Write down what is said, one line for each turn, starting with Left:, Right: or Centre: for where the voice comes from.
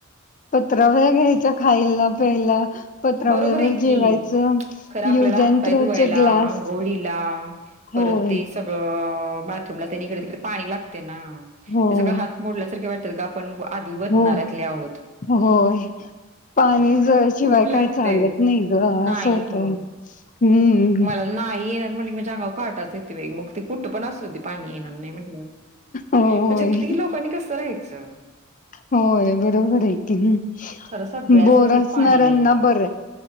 Left: पत्रावळ्या घ्यायच्या खायला प्यायला पत्रावळ्यावर
Right: बरोबर आहे की,
Left: जेवायचं
Right: खरं आपल्याला
Left: यूज अँड
Right: हातपाय
Left: थ्रो
Right: धुवायला
Left: चे ग्लास
Right: अंघोळीला
Left: होय
Right: परत ते सगळं बाथरूमला तेन हिकडं तिकड पाणी लागतय ना,
Left: होय
Right: ते सगळ हात मोडल्यासारखे वाटतात आपण आधिवतनाऱ्यातले
Left: हो
Right: आहोत
Left: होय पाणी ज शिवाय
Right: खूप
Left: काय चालत
Right: ते
Left: नाही ग
Right: नाही
Left: असं होतंय
Right: ग,
Left: हम्म
Right: मला नाही येणार म्हटल की माझ्या अंगावर काटाच <unintelligible> मग ते कुठ पण असुदे पाणी येणार नाही म्हंटल्यावर,
Left: होय
Right: म्हणजे इतकी लोकांनी कसं राहायचं?
Left: होय बरोबर आहे की,
Right: खरं सगळ्याच
Left: बोर
Right: नदीत
Left: असणारऱ्यांना
Right: पाणी नाहीये.
Left: बर